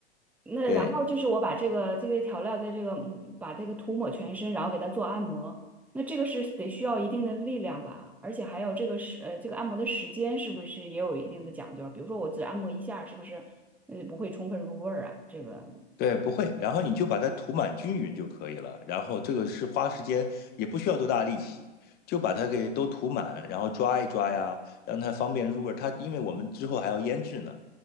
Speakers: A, in the centre; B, on the left (about 30°).
A: 那然后就是我把这个这些调料在这个嗯把这个涂抹全身，
B: 对。
A: 然后给它做按摩。那这个是得需要一定的力量吧，而且还有这个时呃这个按摩的时间是不是也有一定的讲究？比如说我只按摩一下，是不是呃不会充分入味儿啊？这个
B: 对，不会，然后你就把它涂满均匀就可以了。然后这个是花时间，也不需要多大力气，就把它给都涂满，然后抓一抓呀，让它方便入味儿。它因为我们之后还要腌制呢，